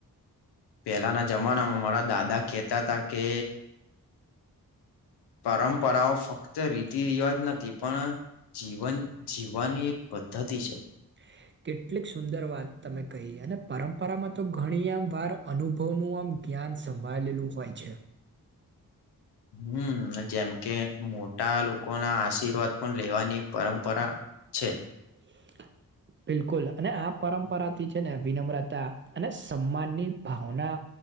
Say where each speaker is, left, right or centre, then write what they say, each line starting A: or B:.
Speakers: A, on the left; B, on the right.
A: પેલાના જમાનામાં મારા દાદા કેહેતા હતા કે પરંપરાઓ ફક્ત રીતિ રિવાજ નથી પણ જીવન જીવવાની એક પદ્ધતિ છે.
B: <inaudible> કેટલીક સુંદર વાત તમે કહી અને પરંપરામાં તો ઘણી આમ વાર અનુભવનું આમ જ્ઞાન સંભાળેલું હોય છે.
A: હમ જેમ કે મોટા લોકો ના આશીર્વાદ પણ લેવાની એક પરંપરા છે.
B: <inaudible> બિલકુલ અને આ પરંપરાથી છે ને વિનમ્રતા અને સન્માનની ભાવના